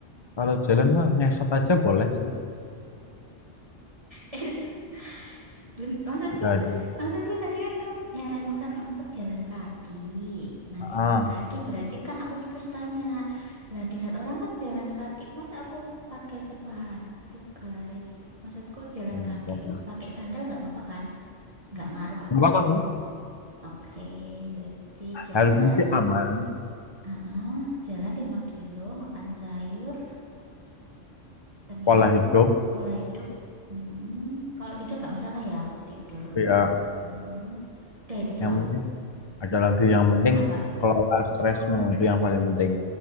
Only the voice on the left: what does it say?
kalau jalan mah ngesot aja boleh sih.
Nggak ada.
Ah,
nggak
apa-apa.
Nggak apa-apa sih.
Harusnya sih aman.
Pola hidup,
ya.
Yang penting ada lagi. Yang penting
kelola stresmu itu yang paling penting.